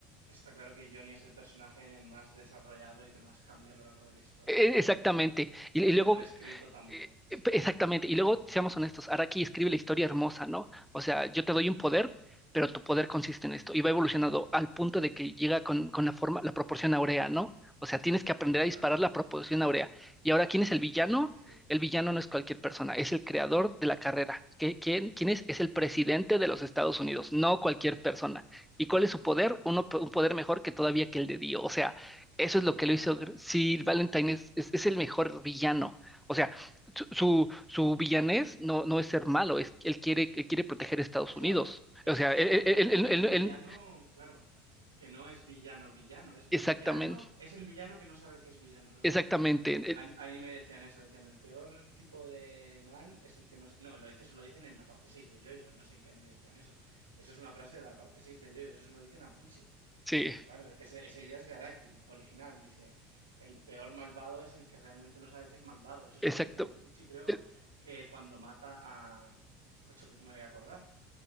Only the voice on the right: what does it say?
está claro que Johnny es el personaje más desarrollado y que más cambia a lo largo de la historia,
eso es
innegable.
Y
mejor escrito también,
sí,
claro.
Sí,
sí, sí.
El
Valentine,
claro.
Claro,
es-
esa
es otra,
que es
un
villano, claro, que no es villano villano, es
villano, es el villano que no sabe que es villano, no
sé qué
an- anime decían eso, decían el peor tipo de mal es el que no, se-". no, lo dice, eso lo dicen en la parte 6 de Yoyo, no sé en qué anime decían eso. Eso es una frase de la parte 6 de Yoyo, eso lo dicen a Pucci.
Claro, ese- esa idea es de Araki, original, dice, el peor malvado es el que realmente no sabe que es malvado, eso
se lo dicen a Pucci, creo
que cuando mata a Macho, que no me voy a acordar